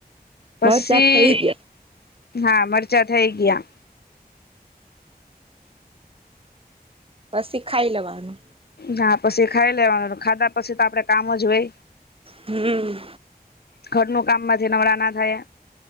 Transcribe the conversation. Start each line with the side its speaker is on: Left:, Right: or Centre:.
Left: પસી
Right: મરચાં થઈ ગયા
Left: હા, મરચા થઈ ગીયા.
Right: પસી ખાઈ લેવાનું.
Left: હા, પસી ખાઈ લેવાનુ. ખાધા પસી તો, આપડે કામ જ ઓય.
Right: હમ્મ.
Left: ઘરનુ કામમાંથી નવરા ના થયા.